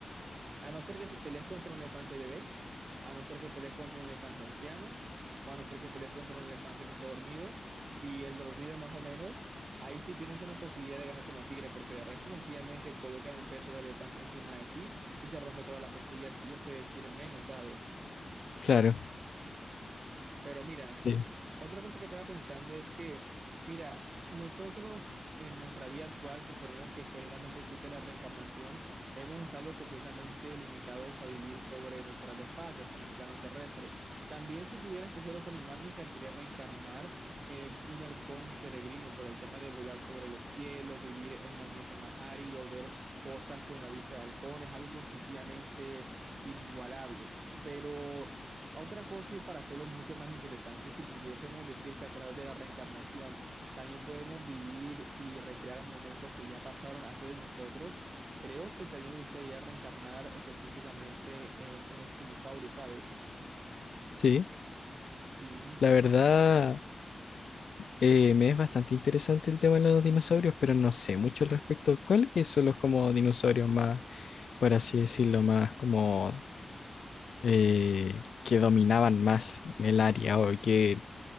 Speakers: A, on the right (about 55°); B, on the left (about 80°).
A: a no ser que te pelees contra un elefante bebé, a no ser que pelees contra un elefante anciano, o a no ser que pelees contra un elefante que esté dormido, y el dormido más o menos, ahí sí tienes una posibilidad de ganar como tigre, porque de resto sencillamente colocan el peso del elefante encima de ti y te rompe todas las costillas, si es que decir menos, ¿sabes?
B: Claro,
A: Pero mira,
B: sí,
A: Otra cosa que estaba pensando es que, mira, nosotros en nuestra vida actual, suponiendo que generalmente existe la reencarnación, hemos estado completamente limitados a vivir sobre nuestras dos patas en el plano terrestre. También si pudiera escoger otro animal, me encantaría reencarnar en un halcón peregrino por el tema de volar sobre los cielos, vivir en un ambiente más árido, ver cosas con la vista de halcón, es algo sencillamente inigualable. Pero otra cosa, y para hacerlo mucho más interesante, si pudiésemos decir que a través de la reencarnación también podemos vivir y recrear momentos que ya pasaron antes de nosotros, creo que también me gustaría reencarnar específicamente en un espinosaurio, ¿sabes?
B: sí.
A: Sí,
B: La verdad, eh, me es bastante interesante el tema de los dinosaurios, pero no sé mucho al respecto. ¿Cuáles son los como dinosaurios más, por así decirlo, más como eh, que dominaban más en el área o que